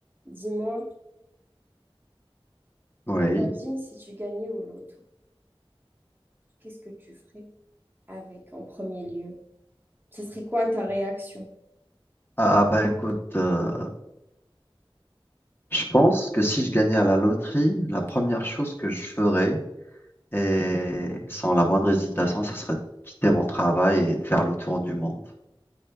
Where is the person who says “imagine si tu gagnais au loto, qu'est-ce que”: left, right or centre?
Right